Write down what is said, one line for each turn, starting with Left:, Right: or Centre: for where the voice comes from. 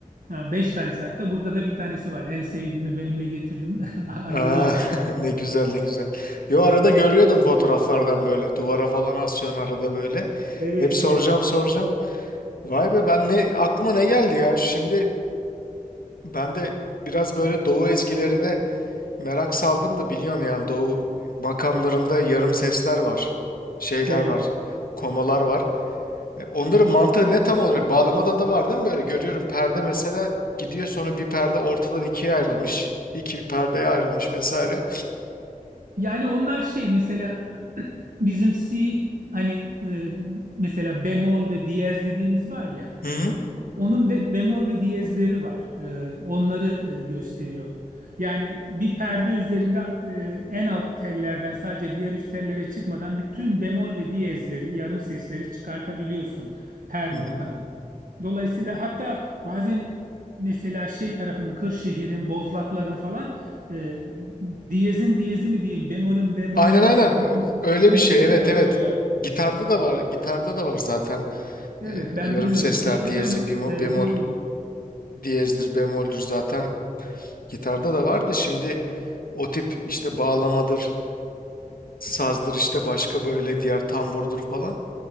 Right: Ha, 5 tanesi hatta burada da bir tanesi var. En sevdiğimi benimle getirdim. <laughs> Ayrılamadım
Left: Aa <laughs>
Right: yani.
Left: ne güzel ne güzel. Yo arada görüyordum fotoğraflardan böyle duvara falan asıyorsun arada böyle.
Right: Evet
Left: Hep soracağım
Right: evet.
Left: soracağım. Vay be ben ne aklıma ne geldi ya? Şimdi ben de biraz böyle doğu ezgilerine Merak saldım da biliyorsun yani Doğu makamlarında yarım sesler var. Şeyler
Right: Evet.
Left: var. Komalar var. E, Onların mantığı ne tam olarak? Bağlamada da var değil mi böyle? Görüyorum perde mesela gidiyor sonra bir perde ortadan ikiye ayrılmış. iki perdeye ayrılmış vesaire.
Right: Yani onlar şey mesela <clears throat> bizim C hani e, mesela bemol ve diyez dediğimiz var ya
Left: Hı hı.
Right: onun be- bemol ve diyezleri var. E, onları e, gösteriyor. Yani bir perde üzerinde e, en alt tellerden sadece diğer üst tellere çıkmadan bütün bemol ve diyezleri, yarım sesleri çıkartabiliyorsun her
Left: Hı hı.
Right: notanın. Dolayısıyla hatta bazen mesela şey tarafının Kırşehir'in, Bozlakların falan e, diyezin diyezi mi diyeyim, bemolün bemolünün
Left: Aynen aynen.
Right: bemolünün
Left: Öyle
Right: bemolünü
Left: bir şey. Evet
Right: yapıyorlar.
Left: evet. Gitarda da var. Gitarda da var zaten.
Right: Evet,
Left: E,
Right: ben
Left: yarım
Right: bilmiyorum
Left: sesler
Right: çok gitleri
Left: diyezi,
Right: ama
Left: bemol,
Right: e,
Left: bemol,
Right: doğrudur.
Left: diyezdir, bemoldür zaten. Gitarda da var da şimdi o tip işte bağlamadır sazdır işte başka böyle diğer tamburdur falan.